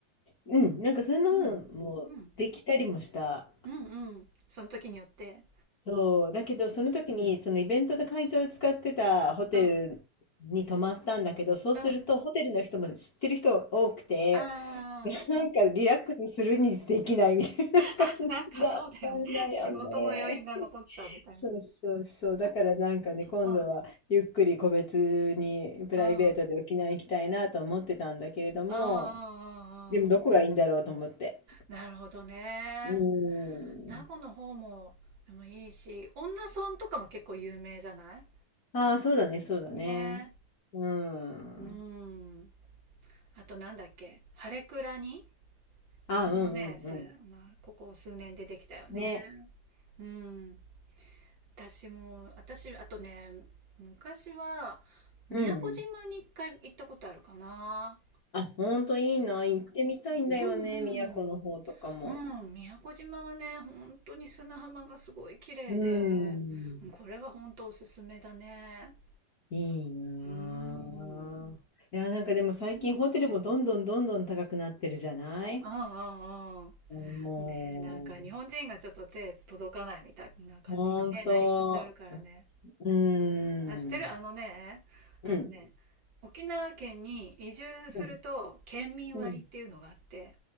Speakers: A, on the left; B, on the right.
A: うん。なんかそんなのもできたりもした。
B: うん。うん。うんうん。その時によって。
A: そう。だけど、
B: うん。
A: その時に、そのイベントの会場を使ってたホテルに泊まったんだけど、
B: うん。
A: そうすると、
B: うん。
A: ホテルの人も知ってる人が多くて、
B: ああ。
A: なんかリラックスするにできないみたいな感じだったんだよね。
B: <laughs> なんかそうだよね。<laughs> 仕事の余韻が残っちゃうみたいな。
A: そうそうそう。だからなんかね、今度はゆっくり個別にプライベートで沖縄行きたいなと思ってたんだけれども、
B: うん、うん、うん、うん、うんうん。
A: でもどこがいいんだろうと思って。
B: なるほどね。
A: うーん。
B: 名護の方も、でもいいし、恩納村とかも結構有名じゃない
A: ああ、そうだね、そうだね。
B: ね
A: うん。
B: え。うん。あとなんだっけ、ハレクラニ
A: ああ、
B: もうね、
A: うんうんう
B: さ、まあ、ここ数年でできたよね。
A: ん。ね。
B: うん。私も、私、あとね、昔は、宮古島に一回行ったことあるかな。
A: うん。あ、ほんといいな。行ってみたいんだよね、
B: うんうん。
A: 宮古の方とかも。
B: うん、宮古島はね、本当に砂浜がすごい綺麗で、
A: うーん。
B: うんこれは本当おすすめだね。
A: いいな
B: うーん。
A: あ。いや、なんかでも最近ホテルもどんどんどんどん高くなってるじゃない
B: うん。うんうんうん。
A: も
B: ねえ、なんか日本人がちょっと手届かないみたいな感じに、
A: う、ほんと、
B: ね、なりつつあるからね。
A: うーん、うん、
B: あ、知ってるあのね、あのね、
A: う
B: 沖縄県に移住すると県民割っていうのがあって、
A: ん、うん、